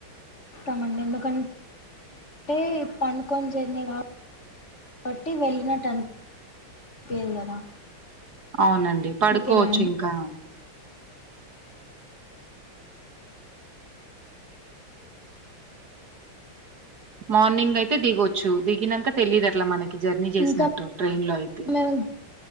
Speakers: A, on the left (about 35°); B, on the right (about 50°).
A: ఇస్తామండి ఎందుకంటే. అంటే పడుకొని జర్నీ కాబ కాబట్టి వెళ్ళినట్టు అను అనిపియ్యదు కదా.
B: అవునండి పడుకోవచ్చు
A: అందుకేనా అండి
B: ఇంకా. మార్నింగ్ అయితే దిగొచ్చు దిగినాంక తెలీదు అట్లా మనకి. జర్నీ చేసినట్టు
A: ఇంకా
B: ట్రైన్ లో అయితే.
A: మేము